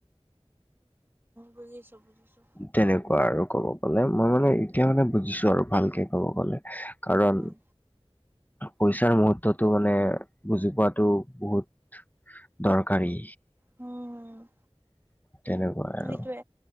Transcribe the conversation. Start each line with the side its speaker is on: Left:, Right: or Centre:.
Right: বুজিছোঁ, বুজিছোঁ।
Left: তেনেকুৱা আৰু ক'ব গ'লে। মই মানে, এতিয়া মানে, বুজিছোঁ আৰু ভালকৈ ক'ব গ'লে। কাৰণ,
Right: উম
Left: পইচাৰ মুহুৰ্ততো মানে, বুজি পোৱাটো বহুত দৰকাৰী।
Right: উম!
Left: তেনেকুৱা আৰু।
Right: সেইটোৱে!